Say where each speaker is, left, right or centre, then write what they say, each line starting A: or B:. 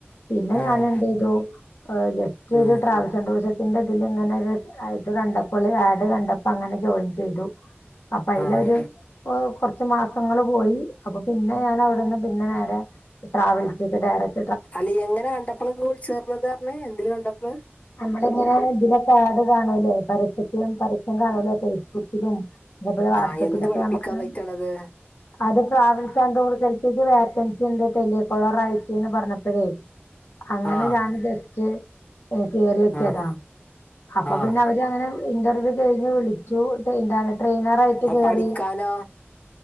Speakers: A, on the left (about 70°); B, on the left (about 35°).
A: പിന്നെ
B: ആഹ്
A: ഞാൻ എന്ത് ചെയ്തു ജസ്റ്റ്
B: ഉം
A: ഒരു ടാവസം ടുറി സത്തിന്റെ ഇതിൽ ഇങ്ങനെ ഇത് കണ്ടപ്പോള്ആഡ് കണ്ട അപ്പ അങ്ങനെ ജോയിം ചെയ്തു അപ്പൊ അതിലരു
B: ആഹ്
A: കുറച്ചു മാസങ്ങള് പോയി അപ്പൊ പിന്നെ ഞാൻ അവിടുന്ന് പിന്നെ നേരെ ട്രാവൽസ്ക്ക് ഡയറക്
B: അല്ല എങ്ങനെ കണ്ടപ്പളൊക്കെ നിങ്ങള് വിളിച്ചേർന്നത് പറഞ്ഞെ എന്തില് കണ്ടപ്പള്
A: നമ്മള ഇങ്ങനെ ഇതില ആട് കാണൂലേ പരസ്യത്തിലും പരസ്യം കാണല്ലോ ഫേസ്ബുക്കിലും അതേ പോലെ വാട്ട്സപ്പിലൊക്കെ
B: ആഹ് എന്ത് പഠിപ്പിക്കാനായിട്ടാണത്
A: നമക്ക് അത് ട്രാവൽസ് ആൻഡ് ടൂസിലേക്ക് വേക്കൻസി ഉണ്ട് ടെലികോളറായിറ്റി എന്ന് പറഞ്ഞപ്പോഴേ അങ്ങനെ
B: ആഹ്
A: ഞാൻ ജസ്റ്റ് കേറിനോക്കിയതാ
B: ആഹ്
A: അപ്പൊ
B: ആഹ്
A: പിന്നെ അവര് അങ്ങനെ ഇന്റർവ്യൂ കഴിഞ്ഞ് വിളിച്ചുന്ത ട്രെയിനർയിട്ട്
B: അപ്പൊ
A: കേറി
B: പഠിക്കാനോ